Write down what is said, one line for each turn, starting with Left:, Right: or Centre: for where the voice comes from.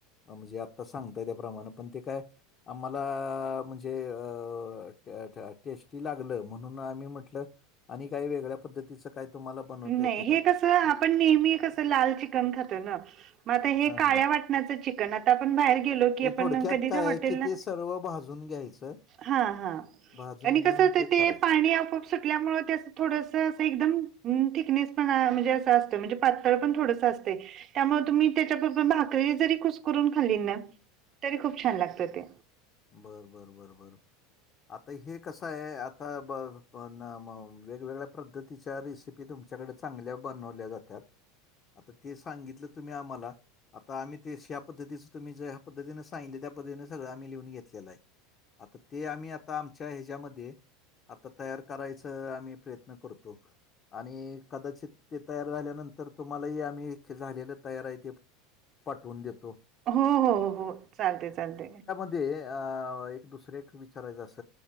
Left: म्हणजे आत्ता सांगतय त्याप्रमाणे पण ते काय आम्हाला म्हणजे अ ट ट टेस्टी लागल. म्हणून आम्ही म्हटलं आणि काही वेगळ्या पद्धतीच काय तुम्हाला बनवता
Right: नाही
Left: येते
Right: हे
Left: का?
Right: कस आपण
Left: ह
Right: नेहमी कस लाल चिकन खातो ना. मग आता हे काळ्या
Left: हा
Right: वाट णाच चिकन. आता आपण बाहेर गेलो की,
Left: हे
Right: आपण
Left: थोडक्यात
Right: कधीतर
Left: काय
Right: हॉटेल
Left: आहे की
Right: न
Left: ते सर्व भाजून घ्यायचं
Right: हा हा
Left: भाजून
Right: आणि
Left: घेऊन
Right: कसं होत ते
Left: करायचं
Right: पाणी आपोप सुटल्यामुळ ते अस थोडस अस एकदम हम थिकनेस पना म्हणजे असं असतं म्हणजे पातळ पण थोडस असतय त्यामुळे, तुम्ही त्याच्यात बरोबर भाकरी जरी कुसकरुून खाली ना तरी खूप छान लागत ते.
Left: बरं बरं बरं बरं. आता हे कसं आहे आता ब प वेगवेगळ्या पद्धतीच्या रेसिपी तुम च्याकडे चांगल्या बनवल्या जात्यात आता ते सांगितलं तुम्ही आम्हाला. आता आम्ही तेश पद्धतीचं तुम्ही्या पद्धतीने सांगितले त्या पद्धने सळं आम्ही लिहून घे केलं आहे आता ते आम्ही आता आमच्या ह्याच्यामध्ये आता तयार करायच आम्ही प्रयत्न करतो. आणि कदाचित ते तयार झाल्यानंतर तुम्हालाही आम्ही झालेलं तयार आहे ते पाटवून देतो.
Right: हो हो हो चालते चालते.
Left: ते अ एक दुसरे विचारायचं अस